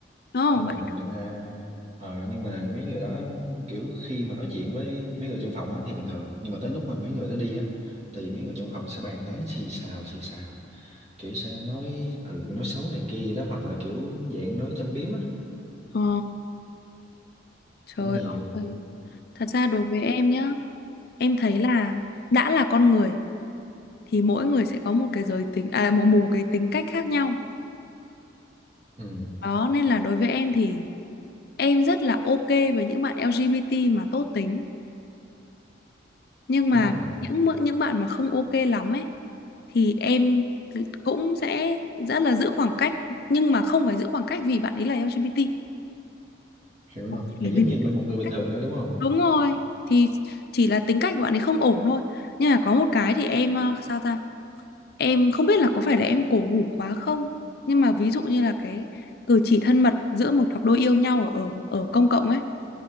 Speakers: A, on the left; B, on the right.
A: đúng
B: nhưng mà
A: vậy
B: người ta ờ, nhưng mà mấy người đó kiểu khi mà nói chuyện với mấy người trong phòng á thì bình thường nhưng mà tới lúc mà mấy người đó đi á thì mấy người trong phòng sẽ bàn tán xì xào xì xào kiểu sẽ nói ừ nói xấu này kia vậy đó hoặc là kiểu dạng nói châm biếm á
A: ờ trời
B: cũng nhiều
A: ơi thật ra đối với em nhá em thấy là đã là con người thì mỗi người sẽ có một cái giới tính à một một cái tính cách khác nhau
B: ừ
A: đó nên là đối với em thì em rất là ok với những bạn LGBT mà tốt tính nhưng mà
B: đúng rồi
A: với những mỡ- những bạn mà không ok lắm ấy thì em cũng sẽ rất là giữ khoảng cách nhưng mà không phải giữ khoảng cách vì bạn ấy là LGBT
B: hiểu luôn
A: học chỉ
B: thì
A: vì
B: giống
A: là
B: như bên một
A: tính
B: người bình
A: cách.
B: thường nữa đúng không
A: đúng rồi thì chỉ là tính cách của bạn ấy không ổn thôi nhưng mà có một cái thì em ờ, sao ta em không biết là có phải là em cổ hủ quá không nhưng mà ví dụ như là cái cử chỉ thân mật giữa một cặp đôi yêu nhau ở ở, ở công cộng ấy